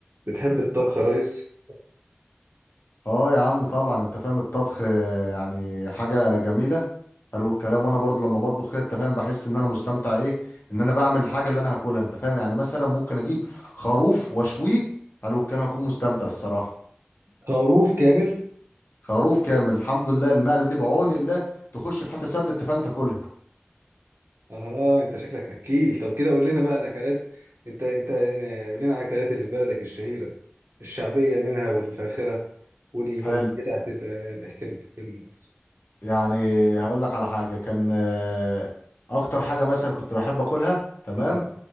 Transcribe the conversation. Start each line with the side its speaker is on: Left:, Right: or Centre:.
Right: بتحب الطبخ يا ريس
Left: اه يا عم طبعا انت فاهم الطبخ آه، يعني حاجة جميلة حلو الكلام وانا برضه لما بطبخ كده انت فاهم بحس ان انا مستمتع ايه ان انا بعمل الحاجة اللي انا هاكلها انت فاهم يعني مثلا ممكن اجيب خروف واشويه حلو الكلام هكون مستمتع الصراحة
Right: خروف كامل
Left: خروف كامل الحمد لله المعدة دي بعون الله تخش في حتى سد انت فاهم تاكلها
Right: اها انت شكلك اكيل طب كده قول لنا بقى الاكلات انت انت آه، قول لنا على الاكلات اللي في بلدك الشهيره الشعبيه منها والفاخره والبربريه
Left: حلو
Right: بتاعت ال- يعني احكي لنا احكي لنا.
Left: يعني هقول لك على حاجة كان آه، اكتر حاجة مثلا كنت بحب اكلها تمام
Right: اه